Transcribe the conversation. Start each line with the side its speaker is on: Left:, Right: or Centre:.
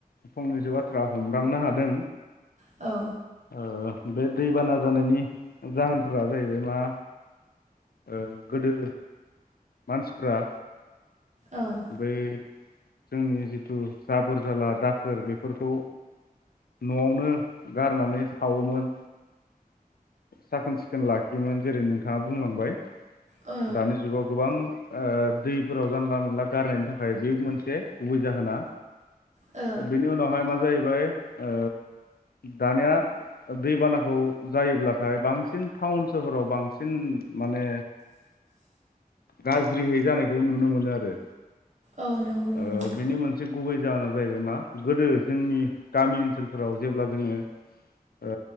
Left: फंनैसो बाथ्रा हमदांनो हादों
Right: औ
Left: ओ बे दैबाना जानायनि जाहोनफोरा जाहैबाय मा ओ गोदो मानसिफ्रा
Right: औ
Left: बै जोंनि जिथु जाबोर जाला दाखोर बेफोरखौ न'आवनो गारनानै सावोमोन साखोन सिखोन लाखियोमोन जेरै नोंथांङा बुंलांबाय
Right: ओ
Left: दानि जुगाव गोबां ओ दैफोराव जानला मोनला गारनायनि थाखाय बे मोनसे गुबै जाहोना
Right: औ
Left: बिनि उनाहाय मा जायो जैबाय ओ दानिया दैबानाखौ जायोब्लाथाय बांसिन टाउन सोहराव बांसिन माने गाज्रियै जानायखौ नुनो मोनो आरो
Right: औ नंगौ
Left: ओ
Right: नंगौ
Left: बिनि मोनसे गुबै जाहोना जाहैबाय मा गोदो जोंनि गामि ओनसोलफोराव जेब्ला जोङो ओ